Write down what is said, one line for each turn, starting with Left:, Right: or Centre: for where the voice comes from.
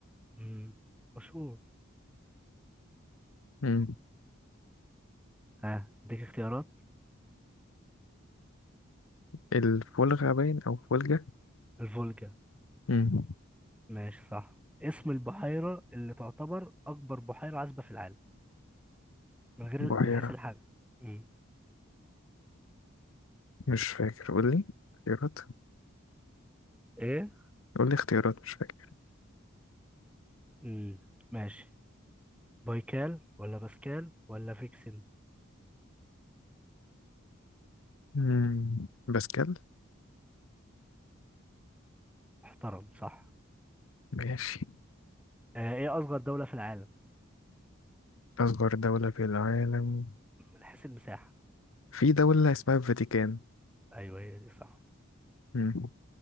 Centre: مم. مشهور
Left: مم.
Centre: ها أديك اختيارات
Left: الفولغة باين أو فولجة
Centre: الفولجا
Left: مم.
Centre: ماشي صح اسم البحيرة اللي تعتبر أكبر بحيرة عذبة في العالم من غير
Left: بحيرة
Centre: من حيث الحجم مم.
Left: مش فاكر قول لي اختيارات
Centre: إيه
Left: قول لي اختيارات مش فاكر
Centre: مم. ماشي بايكال ولا باسكال ولا فيكسن
Left: مم. باسكال
Centre: محترم صح
Left: ماشي
Centre: آه، ايه اصغر دولة في العالم
Left: أصغر دولة في العالم
Centre: من حيث المساحة
Left: في دولة اسمها الفاتيكان
Centre: ايوه هي دي صح
Left: مم.